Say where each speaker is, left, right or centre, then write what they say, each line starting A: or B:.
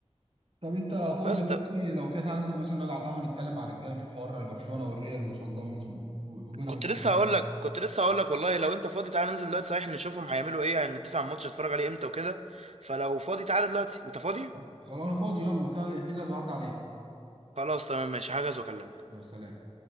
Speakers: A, on the right; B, on the right.
A: طب انت فاضي
B: بس
A: دلوقتي
B: طب
A: لو كده تعالى ننزل مثلا نقعد على القهوه نتكلم مع الرجاله نشوف حوار برشلونه والريال وصن داونز و- وبيراميدز
B: كنت لسه
A: والكلام
B: هقول لك كنت لسه هقول لك والله لو انت فاضي تعالى ننزل دلوقتي صحيح نشوفهم هيعملوا ايه هنتفق على الماتش نتفرج عليه امتى وكده فلو فاضي تعالى دلوقتي انت فاضي
A: ده خلاص انا فاضي يلا لو كده اجهز وعدي عليه
B: خلاص تمام ماشي هحجز واكلمك
A: يا سلام